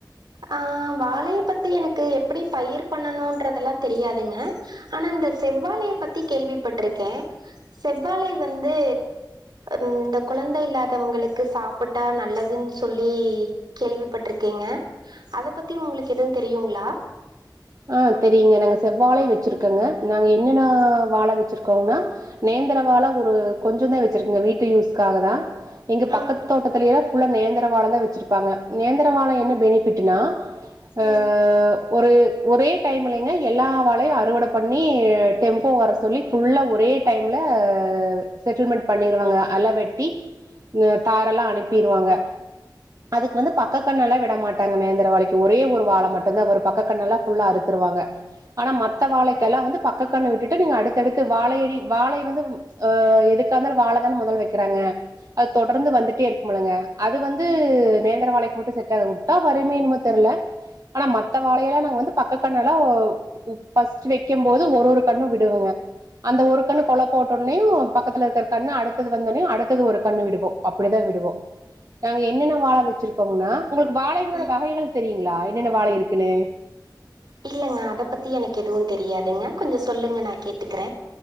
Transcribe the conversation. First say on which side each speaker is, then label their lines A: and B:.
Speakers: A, on the right; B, on the right.
A: ஆ வாழைய பத்தி எனக்கு எப்பிடி பயிர் பண்ணணுன்றதெல்லா தெரியாதுங்க ஆனா இந்த செவ்வாழைய பத்தி கேள்விப்பட்ருகே செவ்வாழை வந்து ம் இந்த கொழந்தை இல்லாதவங்களுக்கு சாப்புட்டா நல்லதுன்னு சொல்லி கேள்விப்பட்டிருக்கேங்க அத பத்தி உங்களுக்கு எது தெரியுங்ளா
B: ஆ தெரியுங்க நாங்க செவ்வாழை வெச்சிருக்கங்க நாங்க என்னன்ன
A: ம்
B: வாழ வெச்சிருக்கோங்க நேந்தர வாழ ஒரு கொஞ்ச தா வெச்சிருக்க வீட்டு யூஸ்காக தா எங்க
A: ம்
B: பக்கத்து தோட்டத்துலைல்லா ஃபுல்லா நேந்தர வாழதா வெச்சிருப்பாங்க நேந்தர வாழ என்ன பெனிஃபிட்டுனா அ
A: ம்
B: ஒரு ஒரே டைம்லங்க எல்லா வாழையு அறுவட பண்ணி டெம்போ வர சொல்லி ஃபுல்லா ஒரே டைம்ல செட்டில்மெண்ட் பண்ணிருவாங்க அல வெட்டி இங்க தாரெல்லா அனுப்பிருவாங்க அதுக்கு வந்து பக்க கண்ணல்லா விட மாட்டாங்க நேந்தர வாழைக்கு ஒரே ஒரு வாழ மட்டுதா வரு பக்க கண்ணல்லா ஃபுல்லா அறுத்துருவாங்க ஆனா மத்த வாழைக்கெல்லா வந்து பக்க கன்னு விட்டுட்டு நீங்க அடுத்தடுத்து வாழையடி வாழை வந்து அ எதுக்காந்தாலு வாழ தான மொதல் வக்கிறாங்க அது தொடர்ந்து வந்துட்டே இருக்குமலுங்க அது வந்து நேந்தர வாழைக்கு மட்டு செட் ஆகு இத்தா வறுமே எனமோ தெர்ல ஆனா மத்த வாழையிலா நாங்க வந்து பக்க கண்ணலா ஃபஸ்ட்டு வெக்கும் போது ஒரு ஒரு கண்ணு விடுவோங்க அந்த ஒரு கண்ணு கொழ போட்டோன்னயு பக்கத்துல இருக்கிற கண்ணு அடுத்தது வந்தோனே அடுத்தது ஒரு கண்ணு விடுவோ அப்டி தா விடுவோ நாங்க என்னென்ன வாழ வெச்சுருக்கோமுனா உங்களுக்கு வாழைகளோட
A: ம்
B: வகைகள் தெரியுங்களா என்னென்ன வாழை இருக்குன்னு
A: இல்லங்க அத பத்தி எனக்கு எதுவு தெரியாதுங்க கொஞ்ச சொல்லுங்க நா கேட்டுக்கிற